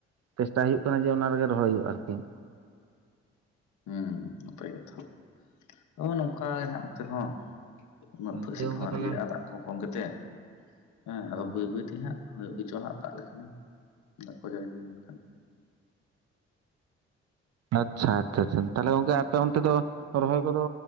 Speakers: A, on the right (about 55°); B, on the left (about 70°).
A: ᱪᱮᱥᱴᱟ ᱦᱩᱭᱩᱜ ᱠᱟᱱᱟ ᱡᱮ, ᱚᱱᱟ ᱨᱮᱜᱮ ᱨᱚᱦᱚᱭ ᱦᱩᱭᱩᱜᱼᱟ ᱟᱨᱠᱤ᱾
B: ᱦᱮᱸ ᱱᱟᱯᱟᱭ ᱠᱟᱛᱷᱟ᱾ ᱫᱚ ᱱᱚᱝᱠᱟ ᱜᱮ ᱦᱟᱜ ᱱᱚᱱᱚᱛᱮ ᱦᱚᱸ᱾ ᱩᱱᱟᱹᱜ ᱫᱚᱥᱮᱫ
A: ᱫᱤᱭᱮ ᱜᱚᱝᱠᱮ
B: ᱦᱚᱸ
A: ᱛᱟᱦᱚᱞᱮ
B: ᱨᱤᱭᱟᱹᱜᱼᱟ ᱫᱟᱜ ᱠᱚ ᱠᱚᱢ ᱠᱟ ᱠᱟᱛᱮ᱾ ᱦᱮᱸ
A: ᱚ
B: ᱟᱫᱚ ᱵᱟᱹᱭ ᱵᱟᱹᱭᱛᱮ ᱦᱟᱸᱜ ᱦᱩᱭᱩᱜ ᱜᱮᱪᱚ ᱦᱟᱸᱜ, ᱫᱟᱜ ᱞᱮᱠᱷᱟᱱᱮ, ᱫᱟᱜ ᱠᱚ ᱡᱟᱹᱲᱤ ᱦᱩᱭ ᱞᱮᱱ ᱠᱷᱟᱱ᱾
A: ᱟᱪᱷᱟ ᱟᱪᱷᱟ ᱛᱟᱦᱞᱮ ᱜᱚᱝᱠᱮ ᱟᱯᱮ ᱚᱱᱛᱮ ᱫᱚ ᱨᱚᱦᱚᱭ ᱠᱚᱫᱚ